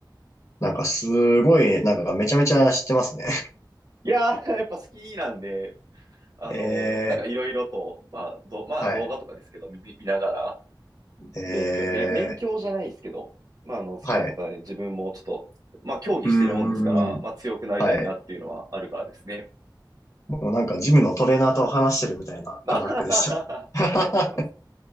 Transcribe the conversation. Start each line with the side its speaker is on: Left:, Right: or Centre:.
Left: なんかすごい、なんかめちゃめちゃ知ってますね。
Right: いやー、<laughs> やっぱ好きなんで、あのーなんかいろいろと、
Left: <laughs> ええ
Right: まあ、ど、まあ動画とかですけど、
Left: はい。
Right: 見、見ながら、
Left: え
Right: 勉強、べ、勉強じゃないですけど、
Left: え
Right: まあ、あの、好きなことはね、
Left: はい。
Right: 自分もちょっと、まあ、競技してるもんですから、
Left: うーん。
Right: まあ、強くなりたいなっていうのはあるからですね。
Left: はい。もうなんかジムのトレーナーと話してるみたいな感覚でした。
Right: <laughs> ありがとうございます。
Left: <laughs>